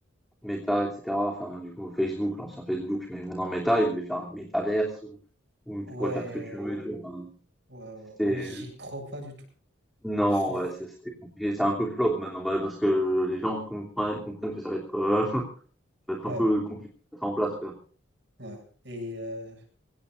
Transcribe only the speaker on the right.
Ouais,
ouais, ouais.
Mais j'y crois pas du tout.
Je trouve.
Ouais,
ouais. Et euh,